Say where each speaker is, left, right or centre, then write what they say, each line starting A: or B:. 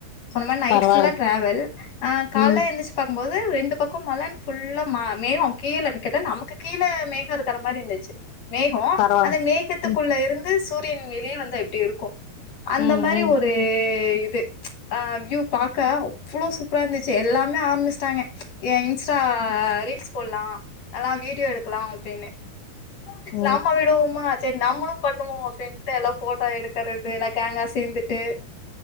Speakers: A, on the left (about 65°); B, on the left (about 80°).
A: சொன்ன மாரி நைட்
B: பரவால்ல.
A: ஃபுல்லா ட்ராவல் ஆஹ் கால்ல
B: ம்.
A: எந்துச்சு பாக்கும்போ போது ரெண்டு பக்கம் மழன் ஃபுல்லா மா மேகம் கீழன்னு கேட்டா நமக்கு கீழ மேகம் இருக்கற மாரி இருந்துச்சு மேகோ
B: பரவால்ல.
A: அந்த மேகத்துக்குள்ள
B: ம்.
A: இருந்து சூ ட்டின் வெளிய வந்தா எப்டி இருக்கும் அந்த
B: ம்.
A: மாரி
B: ம்.
A: ஒரு இது ஆஹ் வ்யூ பாக்க அவ்ளோ சூப்ரா இருந்துச்சு எல்லாமே ஆரம்மிச்ட்டாங்க என் எக்ஸ்ரா ரீல்ஸ் போல்லா எல்லா வீடியோ எடுக்கலா அப்டின்னு
B: ம்.
A: நம்ம விடுவோமா செரி நம்ளு பண்ணுவோ அப்டின்ட்டு எல்லா போட்டோ எடுக்கறது எல்லா கேங்கா சேந்துட்டு